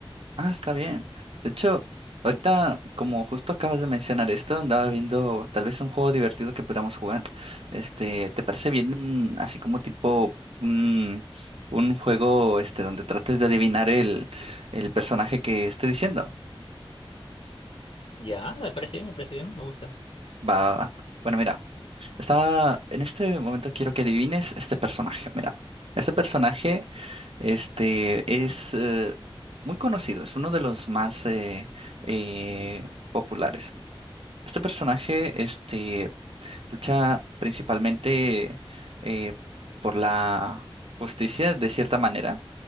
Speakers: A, on the right; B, on the left.
A: Ah, está bien. De hecho, ahorita, como justo acabas de mencionar esto, andaba viendo tal vez un juego divertido que pudiéramos jugar. Este, ¿te parece bien, mm, así como tipo un, un juego, este, donde trates de adivinar el, el personaje que esté diciendo?
B: Ya, me parece bien, me parece bien, me gusta.
A: Va, va, va. Bueno, mira, está, en este momento quiero que adivines este personaje. Mira, este personaje, este, es eh, muy conocido, es uno de los más eh, eh, populares. Este personaje, este, lucha principalmente eh, por la justicia, de cierta manera.